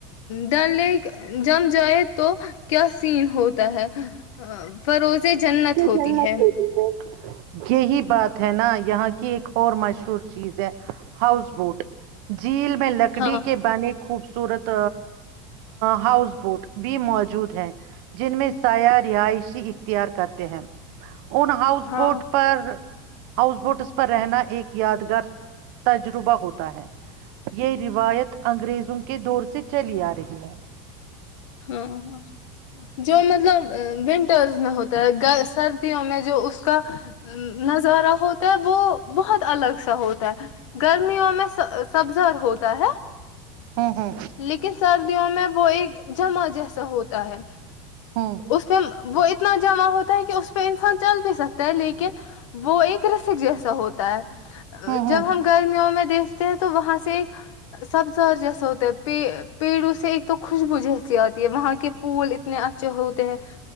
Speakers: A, on the left; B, on the right.
A: ڈ ل جم جائے تو کیا سین ہوتا ہے فروزیں جنت ہوتی
B: جنت
A: ہے
B: ہوتی ہے یہی بات ہے نا یہاں کی ایک اور مشہور چیز ہے ہاؤس بوٹ جو جیل میں لکڑی
A: ہاں
B: کے بانے خوب سورت ہاؤس بوٹ بھی موجود ہیں جن میں سایہ رہائشی اختیار کرتے ہیں ان ہاؤس
A: ہاں
B: بوٹ پر ہاؤس بوٹس پر رہنا ایک یادگار تجربہ ہوتا ہے یہ روایت انگریزوں کے دور سے چلی آ رہی ہے
A: ہاںاں جو مطلب مینٹل میں ہوتا ہے سردیوں میں جو اس کا نظارہ ہوتا تو وہ بہت الگ سا ہوتا ہے گرمیوں میں سبزر ہوتا ہے
B: ہوں ہوں
A: لیکن سردیوں میں وہ ایک جمع جیسا ہوتا ہے
B: ہوں
A: اس دم وہ اتنا جمع ہوتا ہے کہ اس پہ انسان چل بھی سکتا ہے لیکن وہ ایک رسک جیسا ہوتا ہے
B: ہوں
A: جب
B: ہوں
A: ہم گرمیوں میں دیکھتے ہیں تو وہاں سے ایک سبزار جیسا ہوتا ہے پیڑوں سے ایک تو خوشبو جیس آتی ہے وہاں کے پھول اتنے اچھے ہوتے ہیں